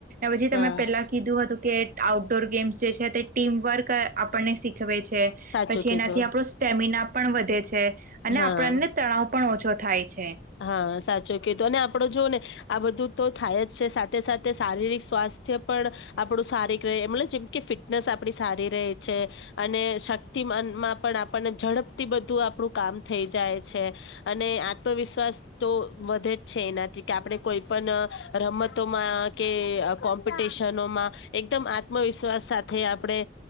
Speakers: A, on the right; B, on the left.
A: પછી
B: હા
A: તમે પેલા કીધું હતું કે ર ગેમ્સ જે છે તે ટીમ વર્ક આપણને સીખવે છે
B: સાચું
A: પછી
B: કીધું
A: એનાથી આપણો સ્ટેમિના પણ વધે છે અને
B: હા
A: આપણને તણાવ પણ ઓછો થાય છે
B: હા સાચો કતો અને આપડો જો ને આ બધું તો થાય જ છે સાથે સાથે શારીરિક સ્વાસ્થ્ય પણ આપણું સારી રહે મ જેમ કે ફિટનેસ આપણી સારી રહે છે અને શક્તિ મનમાં પણ આપણને ઝડપથી બધું આપણું કામ થઈ જાય છે અને આત્મવિશસ શ્વાસ તો વધે જ છે એનાથી કે આપણે કોઈ પણ રમતોમાં કે કોમ્પિટિશનોમાં એકદમ આત્મવિશ્વાસ સાથે આપણે